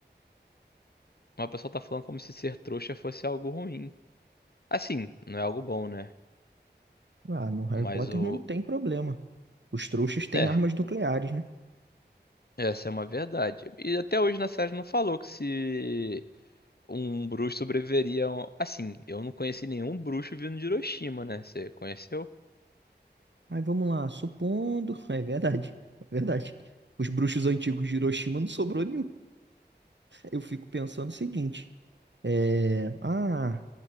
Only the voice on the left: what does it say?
Mas o pessoal tá falando como se ser trouxa fosse algo ruim. Assim, não é algo bom, né?
Mas
o.
É,
essa é uma verdade. E até hoje na série não falou que se. um bruxo sobreviveria. a um- Assim, eu não conheci nenhum bruxo vindo de Hiroshima, né? Você conheceu?